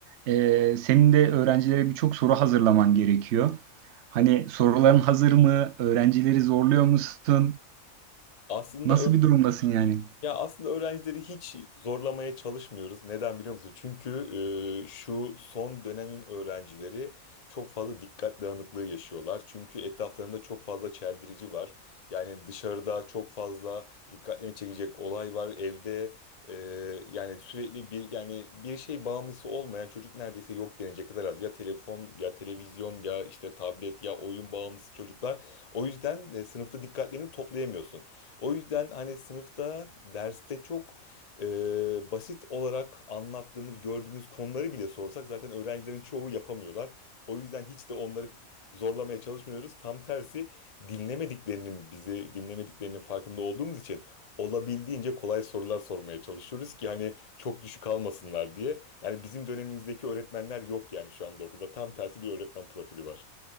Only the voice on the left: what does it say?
Aslında
ö-
ya aslında öğrencileri hiç zorlamaya çalışmıyoruz. Neden biliyor musun? Çünkü e, şu son dönemin öğrencileri çok fazla dikkat dağınıklığı yaşıyorlar. Çünkü etraflarında çok fazla çeldirici var. Yani dışarıda çok fazla dikkatlerini çekecek olay var. Evde e, yani sürekli bir yani bir şey bağımlısı olmayan çocuk neredeyse yok denecek kadar az. Ya telefon ya televizyon ya işte tablet ya oyun bağımlısı çocuklar. O yüzden e, sınıfta dikkatlerini toplayamıyorsun. O yüzden hani sınıfta, derste çok e, basit olarak anlattığımız, gördüğümüz konuları bile sorsak zaten öğrencilerin çoğu yapamıyorlar. O yüzden hiç de onları zorlamaya çalışmıyoruz. Tam tersi dinlemediklerinin, bizi dinlemediklerinin farkında olduğumuz için olabildiğince kolay sorular sormaya çalışıyoruz ki hani çok düşük almasınlar diye. Yani bizim dönemimizdeki öğretmenler yok yani şu anda okulda. Tam tersi bir öğretmen profili var.